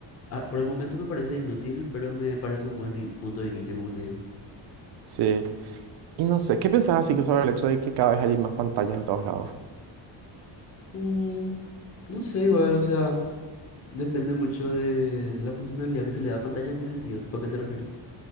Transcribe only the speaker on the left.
ah, por el momento me parece inútil, pero me parece un buen i- punto de inicio, como te digo.
Mm, no sé, igual, o sea, depende mucho de la funcionalidad que se le da a pantalla, en qué sentido, tipo, ¿a qué te referís?